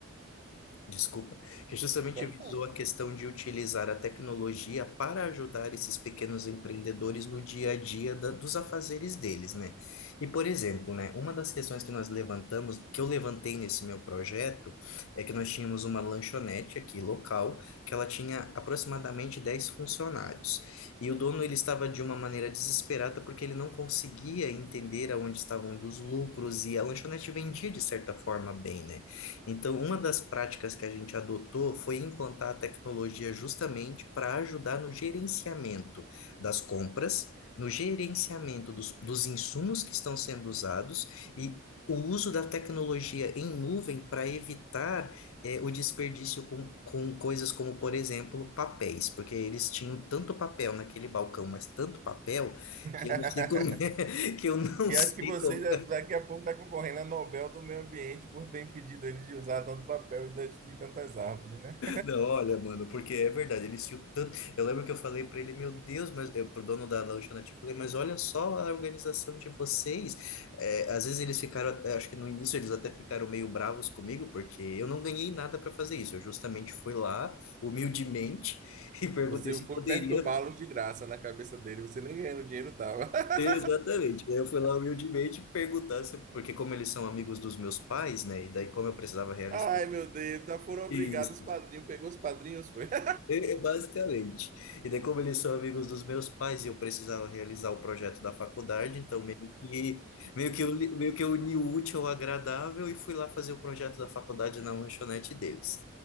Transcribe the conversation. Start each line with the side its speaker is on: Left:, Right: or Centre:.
Left: Desculpa, que justamente
Right: Pode
Left: visou
Right: falar.
Left: a questão de utilizar a tecnologia para ajudar esses pequenos empreendedores no dia a dia da- dos afazeres deles, né? E, por exemplo, né, uma das questões que nós levantamos, que eu levantei nesse meu projeto, é que nós tínhamos uma lanchonete aqui local, que ela tinha aproximadamente 10 funcionários. E o dono, ele estava de uma maneira desesperada porque ele não conseguia entender aonde estavam indo os lucros e a lanchonete vendia de certa forma bem, né? Então, uma das práticas que a gente adotou foi implantar a tecnologia justamente para ajudar no gerenciamento das compras, no gerenciamento dos, dos insumos que estão sendo usados e o uso da tecnologia em nuvem para evitar eh, o desperdício com, com coisas como, por exemplo, papéis, porque eles tinham tanto papel naquele balcão, mas tanto papel
Right: <laughs>
Left: que eu não sei como <laughs> é, que eu não
Right: E
Left: sei
Right: acho que você
Left: como,
Right: já- daqui a pouco está concorrendo a Nobel do Meio Ambiente por ter impedido eles de usar tanto papel e destruir tantas árvores, né?
Left: Não, olha, mano, porque é verdade, ele se tanto. Eu lembro que eu falei pra ele, meu Deus, mas eu, pro dono da lanchonete, eu falei, mas olha só a organização de vocês. É, às vezes eles ficaram, até- acho que no início eles até ficaram meio bravos comigo, porque eu não ganhei nada pra fazer isso. Eu justamente fui lá, humildemente, <laughs> e perguntei
Right: Você
Left: se
Right: foi
Left: poderia.
Right: perturbá-los
Left: <laughs>
Right: de graça na cabeça dele, você nem ganhando dinheiro tava. <laughs>
Left: Exatamente. Daí Eu fui lá humildemente perguntar se, porque como eles são amigos dos meus pais, né? E daí como eu precisava realizar
Right: Ai, meu Deus, já foram obrigados
Left: isso.
Right: os padrinhos, pegou os padrinhos, foi. <laughs>
Left: <laughs> É, Basicamente. E daí, como eles são amigos dos meus pais e eu precisava realizar o projeto da faculdade, então meio que, meio que, eu, li- meio que eu uni o útil ao agradável e fui lá fazer o projeto da faculdade na lanchonete deles.